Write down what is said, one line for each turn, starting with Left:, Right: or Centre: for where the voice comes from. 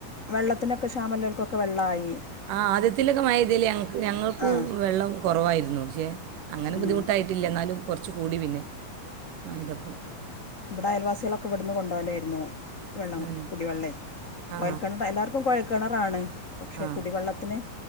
Left: വെള്ളത്തിനൊക്കെ ക്ഷാമല്ലോൽക്കൊക്കെ വെള്ളായി
Right: ആഹ് ആദ്യത്തിലൊക്കെ മയയ്തേല് ഞങ് ഞങ്ങക്കും
Left: ആ
Right: വെള്ളം കൊറവായിരുന്നു പക്ഷേ, അങ്ങനെ
Left: ഉം.
Right: ബുദ്ധിമുട്ടായിട്ടില്യ, ന്നാലും കൊർച്ച് കൂടി പിന്നെ മയെയ്തപ്പം
Left: ബടയൽവാസികളൊക്കെ വട്ന്ന് കൊണ്ടോവലായിരുന്നു വെള്ളം.
Right: ഏ,
Left: കുടിവെള്ളേ
Right: ആ
Left: കൊഴക്കെണറ എല്ലാർ ക്കും കൊഴൽ കെണറാണ്. പക്ഷെ
Right: ആ
Left: കുടിവെള്ളത്തിന്